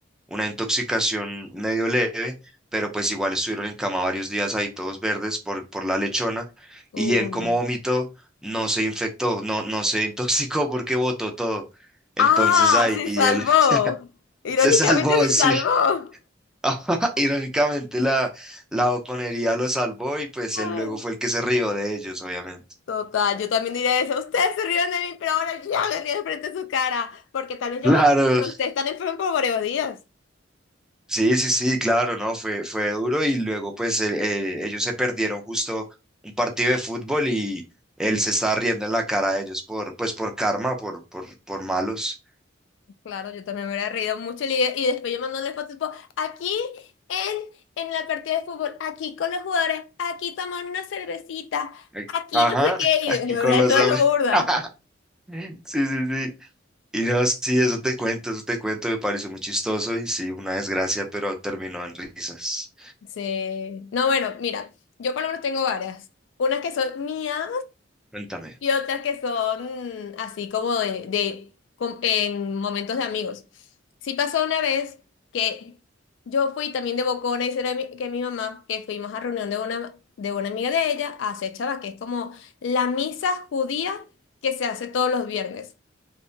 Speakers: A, in the centre; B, on the left (about 70°).
A: una intoxicación medio leve, pero pues igual estuvieron en cama varios días ahí todos verdes por, por la lechona
B: uy.
A: y él como vomitó no se infectó, no, no se <laughs> intoxicó porque votó todo. Entonces
B: Ah,
A: ahí
B: se
A: él
B: salvó. Irónicamente
A: <laughs> se salvó,
B: se
A: sí.
B: salvó.
A: <laughs> Ajá, Irónicamente la, la Oconería lo salvó y pues
B: Ay,
A: él luego fue el que se rió de ellos, obviamente.
B: total, yo también diría eso. Ustedes se rieron de mí, pero ahora yo me río frente a su cara, porque tal vez
A: Claro,
B: yo, me- pero ustedes están enfermos por varios días.
A: Sí, sí, sí, claro, no, fue, fue duro y luego pues el- eh, ellos se perdieron justo un partido de fútbol y él se estaba riendo en la cara de ellos por, pues por karma, por, por, por malos.
B: Claro, yo también me hubiera reído mucho y, y después yo mandándole fotos tipo, aquí en, en la partida de fútbol, aquí con los jugadores, aquí tomando una cervecita,
A: Eh,
B: aquí
A: Ajá,
B: no sé
A: <laughs>
B: qué, y
A: aquí
B: yo me
A: con
B: hubiera
A: los...
B: hecho
A: amigos.
B: eso burda.
A: <laughs> Sí, sí, sí. Y no, sí, eso te cuento, eso te cuento, me pareció muy chistoso y sí, una desgracia, pero terminó en risas.
B: Sí. No, bueno, mira, yo por lo menos tengo varias. Unas que son mías
A: Cuéntame.
B: Y otras que son así como de, de- com- en momentos de amigos. Sí pasó una vez que yo fui también de bocona y será mi- que mi mamá, que fuimos a reunión de una, de una amiga de ella a hacer chava, que es como la misa judía que se hace todos los viernes.